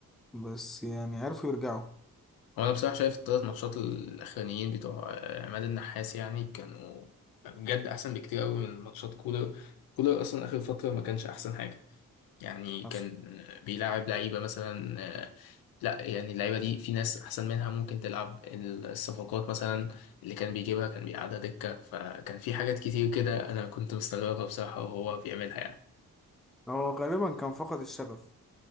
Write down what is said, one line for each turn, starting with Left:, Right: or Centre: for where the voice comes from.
Centre: بس يعني عرفوا يرجعوا
Left: هو انا بصراحة شايف الثلاث ماتشات الاخرانيين بتوع آه، عماد النحاس يعني كانوا بجد احسن بكتير قوي من ماتشات كولر كولر اصلا اخر فترة ما كانش احسن حاجة يعني كان
Centre: حصل
Left: آه، بيلاعب لعيبة مثلا آه، لا يعني اللعيبه دي في ناس احسن منها ممكن تلعب الصفقات مثلا اللي كان بيجيبها كان بيقعدها دكه فكان في حاجات كتير كده انا كنت مستغربها بصراحه وهو بيعملها يعني
Centre: هو غالبا كان فقد الشغف